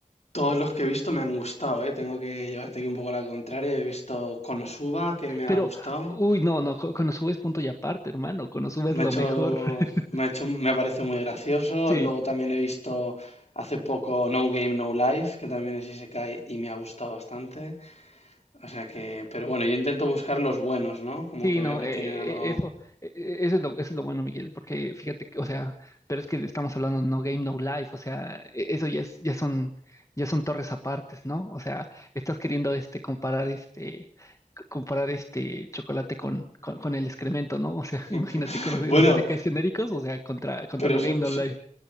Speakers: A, on the left; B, on the left.
A: todos los que he visto me han gustado, ¿eh? Tengo que llevarte aquí un poco la contraria. He visto Konosuba, que me
B: Pero,
A: ha gustado.
B: uy, no, no, co- con Konosuba es punto y aparte, hermano. Konosuba es
A: Me
B: lo
A: ha hecho,
B: mejor. <laughs>
A: me ha hecho, me parece muy gracioso.
B: Sí,
A: Luego también he visto hace poco No Game, No Life, que también es Isekai y me ha gustado bastante. O sea que, pero bueno, yo intento buscar los buenos, ¿no? Como
B: sí,
A: que
B: no,
A: veo que
B: eh,
A: tienen
B: eh,
A: algo.
B: eh, eso, eh, eh, eso es lo, eso es lo bueno, Miguel, porque fíjate que, o sea, pero es que estamos hablando no game, no life, o sea, eh, eso ya es, ya son, ya son torres apartes, ¿no? O sea, estás queriendo este comparar este c- comparar este chocolate con, con, con el excremento, ¿no? O sea, <laughs>
A: <laughs>
B: imagínate con los, los
A: Bueno,
B: isekais genéricos, o sea, contra, contra
A: pero
B: no game,
A: so-
B: no life.
A: so-